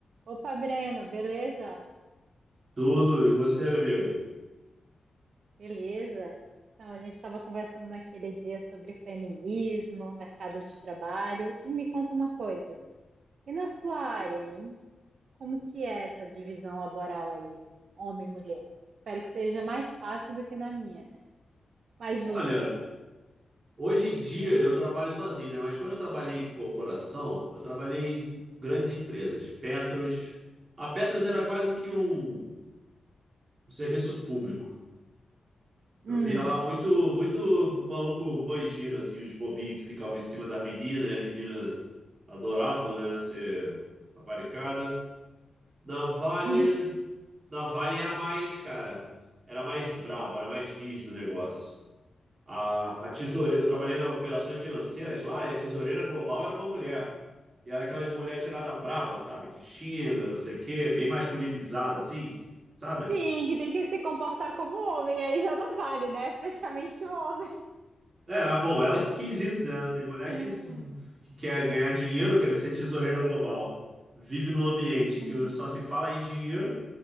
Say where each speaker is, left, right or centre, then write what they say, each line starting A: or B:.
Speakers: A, on the right; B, on the right.
A: Opa, Breno, beleza?
B: Tudo, e você, minha amiga?
A: Beleza? Então, a gente estava conversando naquele dia sobre feminismo, mercado de trabalho, e me conta uma coisa. E na sua área, hein? Como que é essa divisão laboral aí, homem e mulher? Espero que seja mais fácil do que na minha, <laughs> mais
B: Olha,
A: justa.
B: hoje em dia eu trabalho sozinho, né? Mas quando eu trabalhei em corporação, eu trabalhei em grandes empresas, Petros. A Petros era quase que
A: Hum,
B: um, um serviço público.
A: hum.
B: Eu via lá muito, muito maluco banjiro, assim, os bobinhos que ficavam em cima das meninas, e as meninas adoravam, né, ser paparicada. Na Vale,
A: <laughs>
B: na Vale era mais, cara, era mais brabo, era mais rígido o negócio. A, a tesoureira, eu trabalhei nas operações financeiras lá e a tesoureira global era uma mulher. E era aquelas mulher tirada braba, sabe? Que xinga, não sei o quê, bem masculinizada, assim, sabe?
A: Sim, que tem que se comportar como homem, aí já não vale, né? Praticamente o homem.
B: É, ah, bom, ela que quis isso, né? Tem mulher
A: <laughs>
B: que, que quer ganhar dinheiro, quer ser tesoureira global. Vive num ambiente
A: Hum.
B: que só se fala em dinheiro,